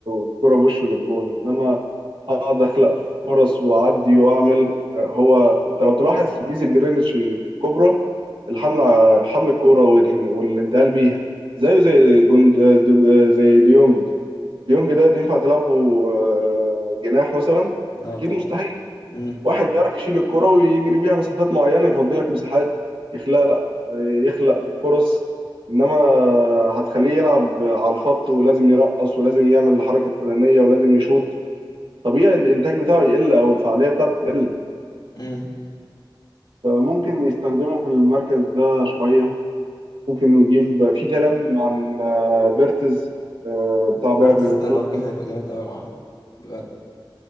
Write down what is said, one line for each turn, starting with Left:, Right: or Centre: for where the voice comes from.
Right: الكرة بوشه للجون انما هقعد اخلق فرص واعدي واعمل هو
Left: مم.
Right: انت لو تلاحظ ميزة جريليتش الكبرى الحملة حمل الكرة وال- والانتقال بيها زيه زي جند زي ديونج ديونج ده ينفع تلعبه آه، جناح مثلا
Left: لا
Right: اكيد
Left: طبعا
Right: مستحيل
Left: امم
Right: واحد بيعرف يشيل الكرة ويجري بيها مسافات معينة يفضي لك مساحات يخلق لا يخلق فرص انما هتخليه يلعب على الخط ولازم يرقص ولازم يعمل الحركة الفلانية ولازم يشوط طبيعي الانتاج بتاعه يقل او الفعالية بتاعته تقل
Left: امم
Right: فممكن يستخدمه في المركز ده شوية ممكن يجيب في كلام عن آه، فيرتز آه، بتاع باير
Left: فيرتس
Right: ليفركوزن
Left: ده لو جه هيبقى جامد قوي معاهم بجد